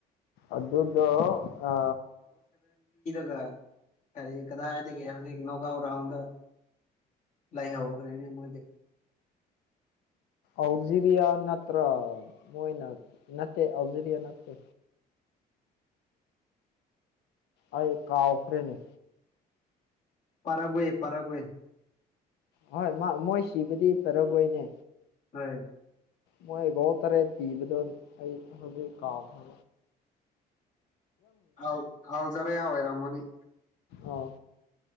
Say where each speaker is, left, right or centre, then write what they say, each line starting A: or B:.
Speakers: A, on the left; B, on the left.
A: ꯑꯗꯨꯗ ꯑ
B: ꯒ ꯀꯔꯤ ꯀꯗꯥꯗꯤꯒꯦ ꯍꯧꯦ ꯅꯣꯒ ꯔꯥꯎꯟꯗ ꯂꯩꯥꯏꯍꯧꯈ꯭ꯔꯦꯅꯦ ꯃꯣꯏꯗꯤ
A: ꯑꯜꯖꯤꯦꯔꯤꯌꯥ ꯅꯠꯇ꯭ꯔ ꯃꯅ ꯅꯠꯇꯦ ꯑꯜꯖꯤꯔꯤꯌꯥ ꯅꯠꯇꯦ ꯑꯩ ꯀꯥꯎꯈ꯭ꯔꯦꯅꯦ
B: ꯄꯔꯥꯒꯋꯦ ꯄꯔꯒꯋꯦ
A: ꯍꯣꯏ ꯃꯣꯏ ꯁꯤꯕꯨꯗꯤ ꯐꯔꯒꯣꯏꯅꯦ
B: ꯍꯥꯏ
A: ꯃꯣꯏ ꯣ ꯇꯔꯦ ꯄꯤꯕꯗꯣ ꯑꯩ ꯍꯧꯖꯤꯛ ꯀꯥꯎꯈ꯭ꯔ
B: ꯍꯜ ꯍꯜꯖꯔ ꯌꯥ ꯑꯣꯏꯣꯏꯔꯃꯣꯅꯤ
A: ꯑꯣ